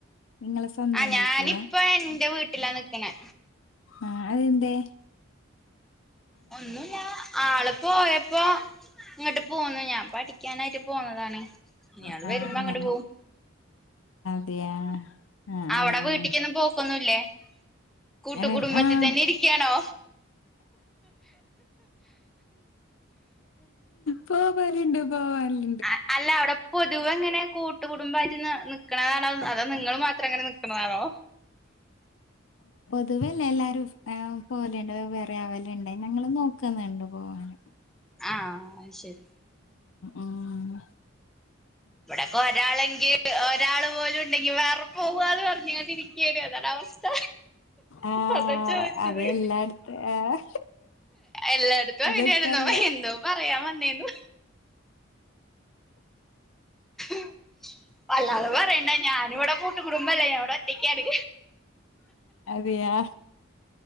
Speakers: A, on the left (about 75°); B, in the centre.
A: നിങ്ങളെ സ്വന്തം
B: ആ ഞാനിപ്പ
A: വീട്ടിലാ
B: എന്റൊ വീട്ടിലാ നിക്ക്ണേ
A: ആ അത് എന്തേ
B: ഒന്നൂല്ല ആള് പോയപ്പോ ഇങ്ങട്ട് പോന്ന് ഞാൻ പഠിക്കാനായിട്ട് പോന്നതാണ് ഇയാള്
A: ആഹ്
B: വരുമ്പം
A: അങ്ങനെ
B: അങ്ങട്ട് പോവും
A: അതെയാ ആഹ്
B: അവിടെ
A: ആഹ്
B: വീട്ടിക്കൊന്നും പോക്കൊന്നുല്ലേ കൂട്ടു
A: അങ്ങനെ
B: കുടുംബത്തിതന്നെ
A: ആഹ്
B: ഇരിക്കാണോ
A: പോവലുണ്ട് പോവാലു
B: അ അല്ല അവിടെ പൊതുവെങ്ങനെ കൂട്ടു കുടുംബാറ്റ്ന്ന് നിക്കണതാണോ അതാ നിങ്ങള് മാത്രങ്ങനെ നിക്ക് ക്ക്ന്നത് ആണോ
A: പൊതുവേല്ല എല്ലാരും പോവല്ണ്ട് വെവ്വെറെ ആവലുണ്ട് ഞങ്ങള് നോക്കുന്നുണ്ട് പോവാന്
B: ആഹ് ശരി
A: ആഹ്
B: ഇവിടൊക്കെ ഒരാളെങ്കി ഒരാളു പോലും ഉണ്ടെങ്കി വേറെപോവ്വാന്ന് പറഞ്ഞ്കാണ്ട് ഇരിക്കും ക്ക്ണ് അതാണ് അവസ്ഥ
A: ആഹ്
B: അതാ ചോയിച്ചത്
A: അത് എല്ലായിടത്ത് ഏഹ്
B: എല്ലായിടത്തും അങ്ങനാരുന്നോ
A: അതൊക്കെ അറിയാ
B: എന്തോ പറയാം വന്നേന്നു <inaudible> അല്ലാത പറയണ്ട ഞാനിവിട കൂട്ടുകുടുംബല്ല ഞാൻ ഇവിടെ ഒറ്റെക്കാണ്
A: അതെയാ